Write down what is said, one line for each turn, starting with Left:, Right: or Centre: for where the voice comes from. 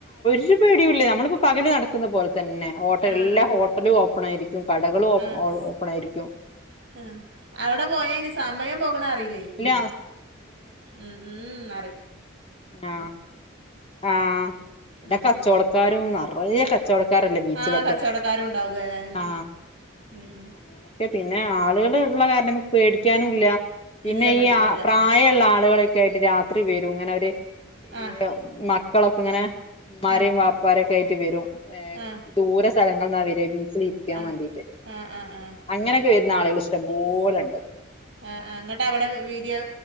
Left: ഒര് പേടിയൂല്ല നമ്മളിപ്പോ പകല് നടക്ക്ന്ന പോ തന്നെ ഹോട്ടല്
Right: ആ
Left: എല്ലാ
Right: ആ
Left: ഹോട്ടലും ഓപ്പൺ ആയിരി ക്കും കടകളും
Right: ആ
Left: ഓ ഓപ്പണായിരിക്കും
Right: ആ അവിടെ പോയാ അയിന് സമയം പോക്ണ അറിയിലേ
Left: ഇല്ല
Right: ഉം മ്മ്
Left: ആ ആ പിന്നെ
Right: ഉം
Left: കച്ചോടക്കാരും
Right: ഉം
Left: നെറയേ കച്ചവടക്കാരല്ലേ ബീച്ചിലൊക്കെ
Right: ആ കച്ചവടക്കാരും ഉണ്ടാവും അത് തന്നെ
Left: ആ
Right: ഉം ഉം
Left: അങ്ങനൊക്കെ പി പിന്നെ ആളുകൾ ഉള്ള കാരണം നമുക്ക് പേടിക്കാനുല്ല. പിന്നെ
Right: ഇല്ല പേടിക്കാനില്ല
Left: ഈ ആ പ്രായള്ള ആള്കളെ യായിട്ട് രാ ത്രി വരും ഇങ്ങനെ അവര് ഈ
Right: ആ
Left: മ ക്കളക്കെ ഇങ്ങനെ ഇമ്മാരിം
Right: ആ
Left: വാപ്പാരെ ക്കെയിറ്റ് വരും. ഏ
Right: ആ
Left: ദൂര സ് സ്ഥലങ്ങൾന്നാ വരാ ബി ച്ചിലിരിക്കാൻ
Right: ആഹ്
Left: വേണ്ടീട്ട്
Right: ആഹ് ആഹ് ആഹ്
Left: അങ്ങനക്കെ വ ന്ന ആള്കൾ ഇഷ്ടംപോലെണ്ട്
Right: ആ ആ ഇങ്ങട്ടവടെ വിരിയോ